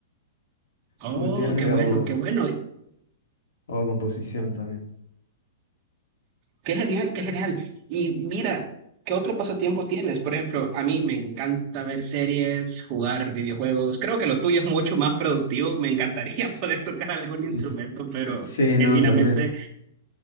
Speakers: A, on the right (about 20°); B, on the left (about 90°).
A: Oh,
B: Toco el piano
A: qué
B: y
A: bueno,
B: hago,
A: qué bueno.
B: hago composición también.
A: Qué genial, qué genial. Y mira, ¿qué otro pasatiempo tienes? Por ejemplo, a mí me encanta ver series, jugar videojuegos. Creo que lo tuyo es mucho más productivo. Me encantaría <laughs> poder tocar algún instrumento,
B: Mm.
A: pero
B: Sí,
A: genuinamente
B: no, también.